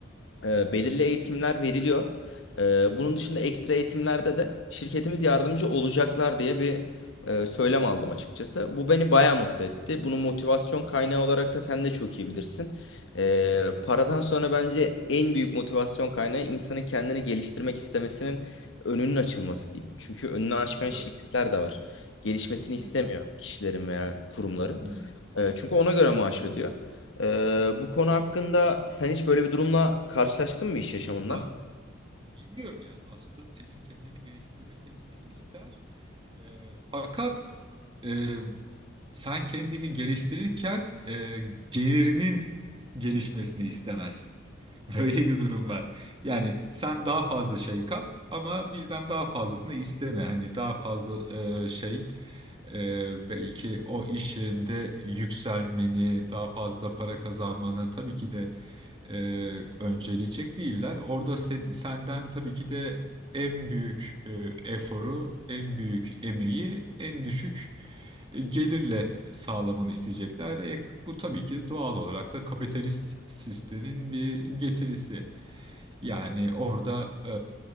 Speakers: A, on the left; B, on the right.
A: E, belirli eğitimler veriliyor. E, bunun dışında ekstra eğitimlerde de şirketimiz yardımcı olacaklar diye bir e, söylem aldım açıkçası. Bu beni bayağı mutlu etti. Bunun motivasyon kaynağı olarak da sen de çok iyi bilirsin. E, paradan sonra bence en büyük motivasyon kaynağı insanın kendini geliştirmek istemesinin önünün açılması diyeyim. Çünkü önünü açmayan şirketler
B: Tabii.
A: de var. Gelişmesini istemiyor
B: Hı hı.
A: kişilerin veya kurumların.
B: Hı. hı.
A: E, çünkü ona göre maaş ödüyor. Ee, bu konu hakkında sen hiç böyle bir durumla karşılaştın mı iş yaşamında?
B: Ben bilmiyorum yani aslında senin kendini geliştirmenin hepsi ister. E, fakat e, sen kendini geliştirirken e, gelirinin gelişmesini istemez. <laughs> Böyle bir durum var. Yani sen daha fazla şey kat ama bizden daha fazlasını isteme. Hani daha fazla e, şey e, belki o iş yerinde yükselmeni, daha fazla para kazanmanı tabii ki de e, önceleyecek değiller. Orada sen- senden tabii ki de en büyük e, eforu, en büyük emeği, en düşük e, gelirle sağlamanı isteyecekler. E, bu tabii ki doğal olarak da kapitalist sistemin bir getirisi. Yani orada e,